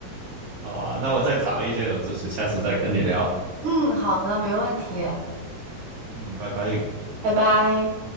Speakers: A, on the right (about 75°); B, on the right (about 60°).
A: <laughs> 好啊，那我再找一些冷知识，下次再跟你聊。
B: 嗯，好的，没问题，
A: 嗯，拜拜。
B: 拜拜。